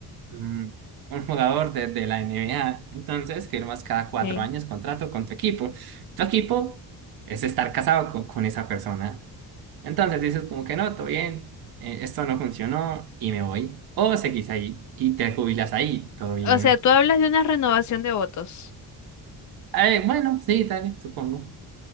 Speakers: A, on the right; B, on the left.
A: mm, un jugador de, de la NBA. Entonces firmas cada cuatro
B: Ok.
A: años contrato con tu equipo. Tu equipo es estar casado con, con esa persona. Entonces dices como que no, todo bien, eh, esto no funcionó y me voy. O seguís ahí y te jubilas ahí, todo bien.
B: O sea, tú hablas de una renovación de votos.
A: Eh, bueno, sí, dale, supongo.